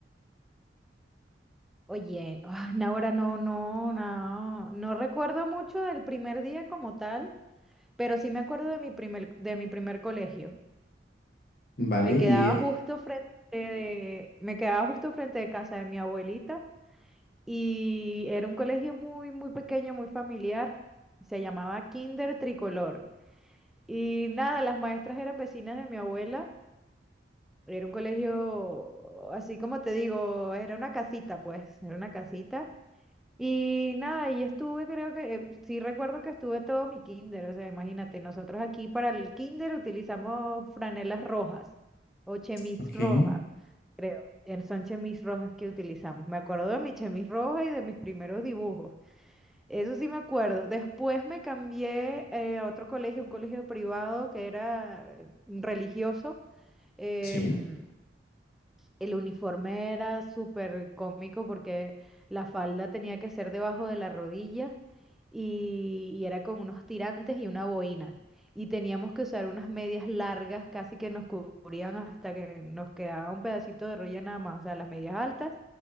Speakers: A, in the centre; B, on the left (about 55°).
A: Oye, ah, no, ahora no, no, no, no recuerdo mucho del primer día como tal, pero sí me acuerdo de mi primer, de mi primer colegio.
B: ¿vale?
A: Me quedaba
B: Y, eh,
A: justo frente de, me quedaba justo frente de casa de mi abuelita y era un colegio muy, muy pequeño, muy familiar. Se llamaba Kinder Tricolor. Y nada, las maestras eran vecinas de mi abuela. Era un colegio, así como te digo, era una casita, pues, era una casita. Y nada, y estuve, creo que, eh, sí recuerdo que estuve todo mi kinder, o sea, imagínate, nosotros aquí para el kinder utilizamos franelas rojas o chemis
B: ok,
A: roja, creo. eh, Son chemis rojas que utilizamos. Me acuerdo de mi chemis roja y de mis primeros dibujos. Eso sí me acuerdo. Después me cambié eh, a otro colegio, un colegio privado que era eh, religioso. em,
B: sí,
A: el uniforme era súper cómico porque la falda tenía que ser debajo de la rodilla y, y era con unos tirantes y una boina. Y teníamos que usar unas medias largas, casi que nos cubrían hasta que nos quedaba un pedacito de rodilla nada más. O sea, las medias altas,